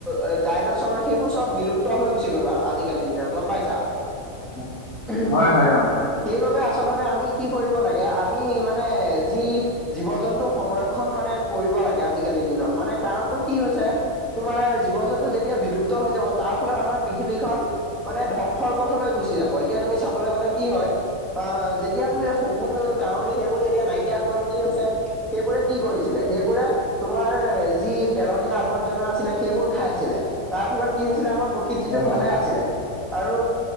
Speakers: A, in the centre; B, on the left.
A: এ ডাইনচৰ সেইবোৰ চব বিলুপ্ত হৈ গুচি গ'ল আজিকালিৰ দিনত গম পাইছা?
B: <inaudible>
A: উম,
B: হয় হয় অ তাকে
A: সেইবাবে আচলতে আমি কি কৰিব লাগে আমি ইমান মানে যি জীৱ জন্তু সংৰক্ষণ মানে কৰিব লাগে আজিকালিৰ দিনত। মানে কাৰণটো কি হৈছে তোমাৰ জীৱ জন্তু যেতিয়া বিলুপ্ত হৈ যাব তাৰ ফলত আমাৰ পৃথিৱীখন মানে ধ্বংসৰ পথলৈ গুচি যাব, এতিয়া তুমি চাবলৈ গ'লে কি হয় অ', যেতিয়া তুমি শগুন কাউৰী সেইবোৰ যেতিয়া নাইকিয়া হৈ গ'ল কি হৈছে সেইবোৰে কি কৰিছিলে? সেইবোৰে তোমাৰ যি পেলনীয়া আৱৰ্জনা আছিলে সেইবোৰ খাই আছিলে। তাৰ ফলত কি হৈছিলে আমাৰ প্ৰকৃতিটো
B: হয় হয়
A: ভালে আছিলে, আৰু